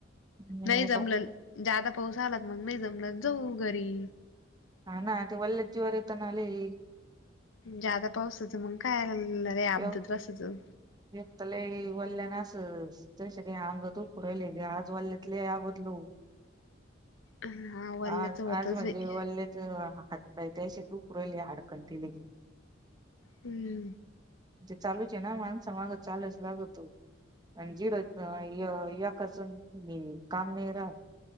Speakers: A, on the right; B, on the left.
A: नाही
B: नही
A: येतो
B: जमलंल जादा पाऊस आला त मंग नाई जमल त जाऊ घरी
A: हा ना ते वल्ले जीवावर येत ना लय.
B: जादा पाऊसाच मंग काय आला आपदत
A: एक
B: बसायचं
A: एक तला वल्ल्या न अस ज काय अंग दुखू रायलंय या आज वल्यात लय आबदलो.
B: हा वल्ल्याच
A: आज
B: होतच
A: आज म्हणजे
B: बाई
A: वल्ल्याच माझे त्या दिशीच दुखु राहिले हाडकंनं ते लगी
B: हूं
A: जे चालूच हे ना माणसामागचं चालुच लागतो आणि झी ड य एकाच मी काम नाय राहत